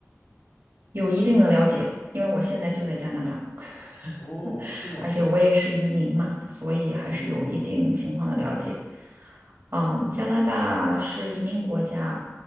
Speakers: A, on the right; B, on the left.
A: 有一定的了解，因为我现在就在加拿大，<laughs>
B: 哦，这么好。
A: 而且我也是移民嘛，所以还是有一定情况的了解。
B: 嗯
A: 嗯，加拿大是移民国家，